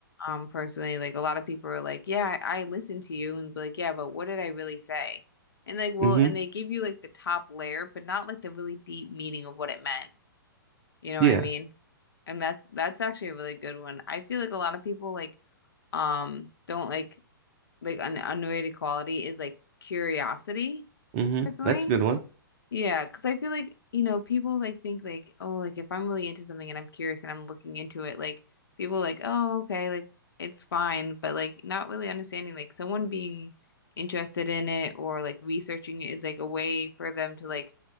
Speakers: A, on the left (about 75°); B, on the right (about 35°).
A: um personally like a lot of people are like yeah I, I listened to you and be like yeah but what did I really say and like well
B: Mm-hmm.
A: and they give you like the top layer but not like the really deep meaning of what it meant you know
B: Yeah.
A: what I mean and that's that's actually a really good one I feel like a lot of people like um don't like like an underrated quality is like curiosity
B: Mm-hmm.
A: personally
B: That's a good one.
A: yeah, because I feel like, you know, people like think like, oh, like if I'm really into something and I'm curious and I'm looking into it, like people like, oh, okay, like it's fine, but like not really understanding like someone being interested in it or like researching it is like a way for them to like